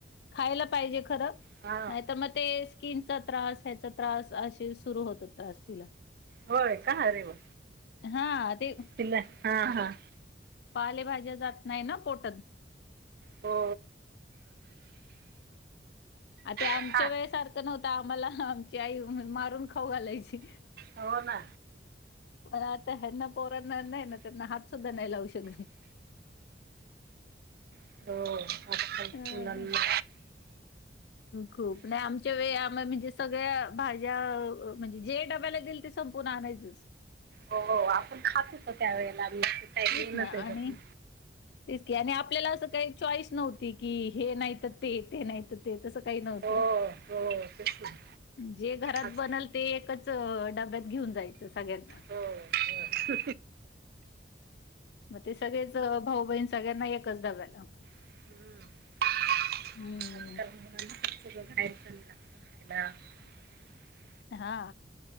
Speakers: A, on the left; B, on the right.
A: खायला पाहिजे खरं
B: हा
A: नाहीतर मग ते स्कीन त्रास ह्याचा त्रास अे सुरू होत त्रास तिला
B: होय का अरे वा
A: हा ते
B: तिला हा हा
A: पालेभाज्या जात नाही ना पोटात
B: हो
A: आता आमच्या
B: हा
A: वेळेसारखं नव्हतं आम्हाला आमची आई मारून खाऊ घालायची
B: हो ना
A: पण आता हना पोरांना नाही ना त्यांना हात सुद्धा नाही लावू शकट
B: हो आजकाल
A: अं,
B: मुलांना
A: खूप नाही आमच्या वेळी आम म्हणजे सगळ्या भाज्या म्हणजे जे डब्याला देईल ते संपूर्ण नाहीयच-
B: हो आपण खातच त्या वेळेला मी येनच
A: तेच ना
B: आपण-
A: आणि तेच क आणि आपल्याला असं काही चॉईस नव्हती की हे नाहीत ते ते नाहीत ते तसं का न्हवत
B: हो हो तेच ना
A: जे घरात
B: आज
A: बल ते एकच डब्यात घेऊन जायचं सगळ्यांना
B: हो हो
A: मग ते सगळेच भाऊ बहीण सगळ्यांना एकच डब्याला
B: हम्म आजकालाघय-
A: हम्म.
B: ला खायला
A: हा